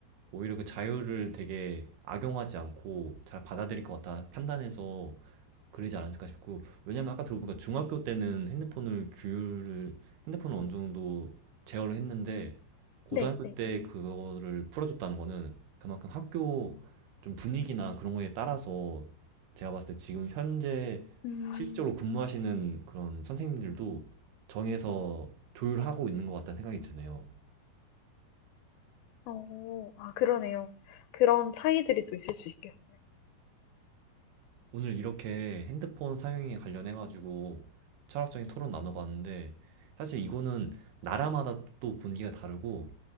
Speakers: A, on the right; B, on the left.
A: 오히려 그 자유를 되게 악용하지 않고 잘 받아들일 것 같다 판단해서 그러지 않았을까 싶고 왜냐면 아까 들어보니까 중학교 때는 핸드폰을 규율을 핸드폰을 어느 정도 제어를 했는데 고등학교
B: 네, 네.
A: 때 그거를 풀어줬다는 거는 그만큼 학교 좀 분위기나 그런 거에 따라서 제가 봤을 때 지금 현재
B: 음.
A: 실질적으로 근무하시는 그런 선생님들도 정해서 조율하고 있는 것 같다는 생각이 드네요.
B: 어, 아 그러네요. 그런 차이들이 또 있을 수 있겠어요.
A: 오늘 이렇게 핸드폰 사용에 관련해가지고 철학적인 토론 나눠봤는데, 사실 이거는 나라마다 또 분위기가 다르고,